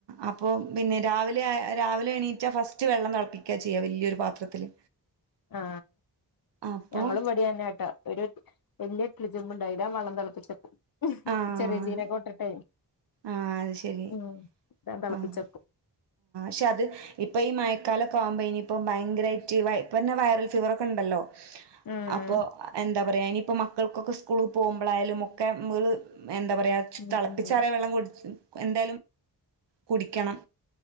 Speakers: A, on the right (about 85°); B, on the left (about 55°).
A: അപ്പോപിന്നെ രാവിലെ രാവിലെ എണീറ്റ് ഫസ്റ്റ് വെള്ളം തിളപ്പിക്കാ ചെയ്യ വലിയൊരു പാത്രത്തില്
B: ആ
A: അപ്പൊ
B: ഞങ്ങളും പടി അതന്നെട്ടാ ഒരു വലിയ ഇട്ട്ലി ചെമ്പ്ണ്ട് അയില വള്ളം തിളപ്പിച്ചെക്കും ഹ്
A: ആഹ്
B: ചെറിയ ചീരകോ ഇട്ടിട്ടെ
A: ആഹ് അത് ശരി
B: ഉം തളപ്പി
A: ആഹ്
B: ച്ച
A: ആ ക്ഷെ അത് ഇപ്പൊ ഈ മഴക്കാലകാവുമ്പോ ഇനി ഇപ്പം ഭയങ്കരായിറ്റ് <unintelligible> വൈറൽ ഫീവറൊക്കെ ണ്ടല്ലോ
B: ഉം
A: അപ്പൊ എന്താ പറയാ ഇനിയിപ്പോ മക്കൾക്കൊക്കെ സ്കൂള് പോകുമ്പോളായാലും ഒക്കെ മള് എന്താ പറയാ
B: ഉം
A: തിളപ്പിച്ചാറിയ
B: ഉം ഉം
A: വെള്ളം കുടി എന്ത കുടിക്കണം